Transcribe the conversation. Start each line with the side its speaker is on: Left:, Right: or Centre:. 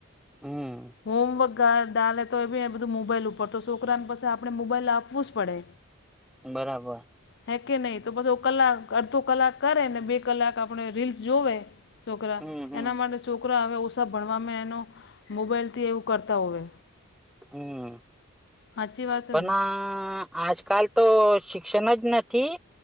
Centre: હમ
Left: હોમવર્ક કા ડાલે તો એ બી બધું મોબાઈલ ઉપર તો છોકરાને પાસે આપડે મોબાઈલ આપવું જ પડે.
Centre: બરાબર.
Left: હે કે નહી તો પછ કલાક અડધો કલાક કરેને બે કલાક આપડે રીલ્સ જોવે છોકરા
Centre: હમ હમ
Left: એના માટે છોકરા હવે ઓછા ભણવામાં એનો મોબાઈલથી એવું કરતા હોવે.
Centre: હમ્મ
Left: સાચી વાત
Centre: પણ
Left: ને
Centre: આ આજકાલ તો શિક્ષણ જ નથી